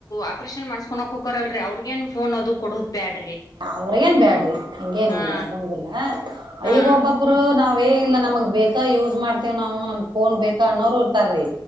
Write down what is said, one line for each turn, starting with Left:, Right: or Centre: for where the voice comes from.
Left: ಆಪರೇಷನ್ ಮಾಡ್ಸ್ಕೊನಕ್ ಹೊಕರಲ್ರೀ ಅವ್ರಿಗೇನ್ ಫೋನ್ ಅದು ಕೊಡುದ್ ಬ್ಯಾಡ.
Right: ಅವ್ರಗೇನ್ ಬ್ಯಾಡ್ರಿ ಹಂಗೇನ್
Left: ಹಾ
Right: ಇಲ್ಲ ಇರಂಗಿಲ್ಲಾ
Left: ಹಾ
Right: ಈಗ ಒಬ್ಬೊಬ್ರು ನಾವ್. ನಾವೇ ಇಲ್ಲಾ ನಮಗ್ ಬೇಕಾ ಯೂಸ್ ಮಾಡ್ತೇವ್ ನಾವು ನಮ್ ಫೋನ್ ಬೇಕಾ ಅನ್ನೋರು ಇರ್ತಾರೀ